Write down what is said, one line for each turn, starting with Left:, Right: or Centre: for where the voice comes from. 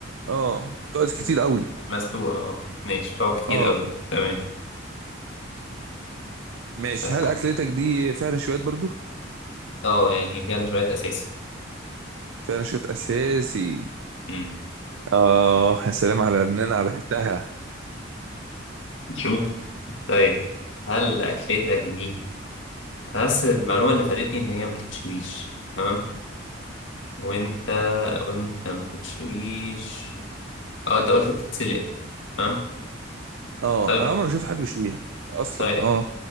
Right: اه تقعد كتير
Left: بس-
Right: قوي
Left: مسلوقة اه ماشي بتقعد كتير
Right: اه
Left: قوي تمام
Right: ماشي
Left: بس
Right: هل اكلتك دي فيها نشويات برضه
Left: اه يعني فيها شوية أساسي
Right: فيها نشويات اساسي
Left: مم.
Right: اه يا سلام على ان انا عرفتها
Left: شوف طيب هل أكلتك دي بس المعلومة اللي فادتني إن هي مبتتشويش تمام وأنت قلت مبتتشويش اه أنت قلت بتتسلق تمام
Right: اه
Left: طيب
Right: انا عمري ما شفت حد بيشويها اصلا
Left: طيب
Right: اه